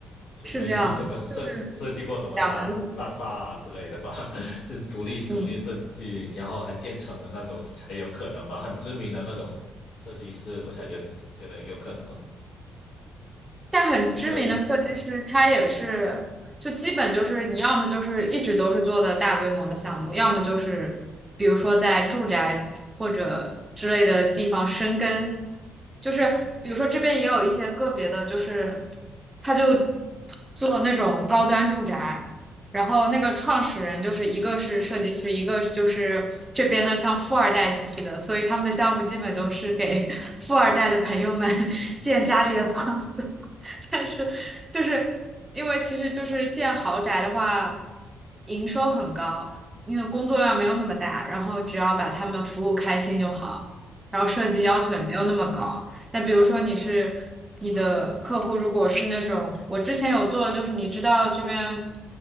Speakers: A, on the left (about 85°); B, on the right (about 15°).
A: 除非你什么设计
B: 是这样的，就是
A: <laughs> 设计过什么大大厦啊之类的吧，
B: 两个路。
A: <laughs> 是独立独立设计，
B: 嗯。
A: 然后还建成的那种才有可能吧，很知名的那种设计师，我才觉得觉得有可能。
B: 但很知名的设计师，
A: 是这样子，
B: 他也是，就基本就是你要么就是一直都是做的大规模的项目，
A: 也
B: 要么就是比如说在住宅或者之类的地方生根，就是比如说这边也有一些个别的，
A: 嗯
B: 就是他就做那种高端住宅，然后那个创始人就是一个是设计师，
A: 嗯
B: 一个就是这边的像富二代兮兮的，所以他们的项目基本都是给 <laughs> 富二代的朋友们建家里的房子。但是就是因为其实就是建豪宅的话，营收很高，因为工作量没有那么大，
A: 啊
B: 然后只要把他们服务开心就好，然后设计要求也没有那么高。
A: 哦
B: 但比如说你是你的客户，如果是那种我之前有做，就是你知道这边